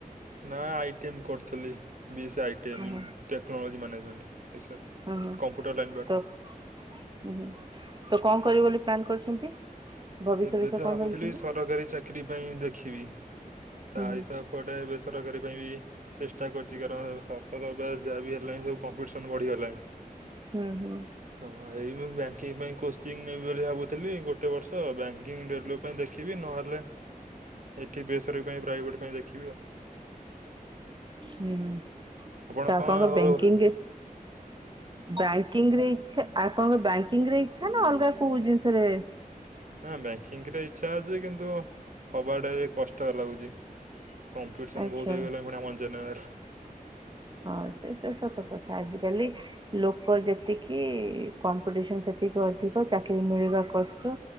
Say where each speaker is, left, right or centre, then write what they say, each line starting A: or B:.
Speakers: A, on the right; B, on the right.
A: ନା ଆଇଟିମ କରୁଥିଲି ବିଏସି ଆଇଟିଏମ।
B: ହଁ ହଁ
A: ଟେକ୍ନୋଲୋଜି ମ୍ୟାନେଜମେଣ୍ଟ ଏ ସାର୍
B: ହଁ ହଁ
A: କମ୍ପ୍ୟୁଟର ଲାଇନ୍ ପାଠ।
B: ତ ହୁଁ ହୁଁ ତ
A: ଆଜ୍ଞା
B: କଣ କରିବେ ବୋଲି ପ୍ଲନ୍ କରିଛନ୍ତି। ଭବିଷ୍ୟ
A: ଏବେ
B: ବିଷୟ
A: ତ
B: କଣ
A: ଭାବୁଥିଲି
B: ଭାବିଛନ୍ତି?
A: ସରକାରୀ ଚାକିରି ପାଇଁ ଦେଖିବି। ତାଭିତରେ
B: ହୁଁ ହୁଁ।
A: କୁଆଡେ ବେସରକାରୀ ପାଇବି। ଚେଷ୍ଟା କରିଛି କାରଣ ସରକାର ଏବେ ଯାହା ବି ହେଲାଣି ସବୁ କମ୍ପିଟିସନ ବଢିଗଲାଣି।
B: ହୁଁ ହୁଁ।
A: ହଁ ଏଇ ମୁଁ ବ୍ୟାଙ୍କିଙ୍ଗ ପାଇଁ କୋଚିଂ ନେବି ବୋଲି ଭାବୁଥିଲି ଗୋଟେ ବର୍ଷ ବ୍ୟାଙ୍କିଙ୍ଗ ରେଲୱେ ଦେଖିବି ନହେଲେ ଏଠି ବେସର ପାଇଁ ପ୍ରାଇଭେଟ ପାଇଁ ଦେଖିବା
B: ହୁଁ। ହୁଁ
A: ଆପଣ
B: ତ ଆପଣଙ୍କ
A: କଣ ଆଜ୍ଞା
B: ବ୍ୟାଙ୍କିଙ୍ଗ ବ୍ୟାଙ୍କ ବ୍ୟାଙ୍କିଙ୍ଗ ରେ ଇଛା ଆଉ କଣ ଅଲଗା କଣ ବ୍ୟାଙ୍କିଙ୍ଗ ରେ ଇଚ୍ଛା ନା ଅଲଗା କୋଉ ଜିନିଷରେ
A: ହଁ ବ୍ୟାଙ୍କିଙ୍ଗ ରେ ଇଚ୍ଛା ଅଛି କିନ୍ତୁ, ହବାଟା ବି କଷ୍ଟ ଲାଗୁଛି। କମ୍ପିଟିସନ୍
B: ଆଚ୍ଛା
A: ବହୁତ ହେଇଗଲାଣି ଫୁଣି ଆମର ଜେନେରାଲ
B: ହଁ ସେ ତ ସତ କଥା ଆଜିକାଲି ଲୋକ ଯେତିକି କମ୍ପିଟିସନ ସେତିକି ଅଧିକ ଚାକିରି ମିଳିବା କଷ୍ଟ